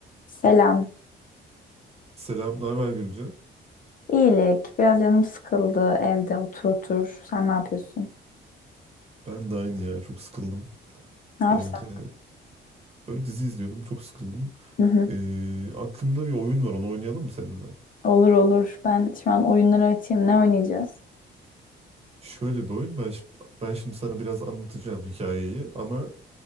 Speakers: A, on the left (about 45°); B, on the right (about 30°).
A: Selam.
B: Selam, ne haber Gülce?
A: İyilik. Biraz canım sıkıldı evde otur otur. Sen ne yapıyorsun?
B: Ben de aynı ya, çok sıkıldım
A: Ne yapsam?
B: evde. Böyle dizi izliyordum, çok sıkıldım.
A: Hı hı.
B: Ee, aklımda bir oyun var, onu oynayalım mı seninle?
A: Olur olur. Ben şu an oyunları açayım. Ne oynayacağız?
B: Şöyle bir oyun, ben, şi- ben şimdi sana biraz anlatacağım hikayeyi ama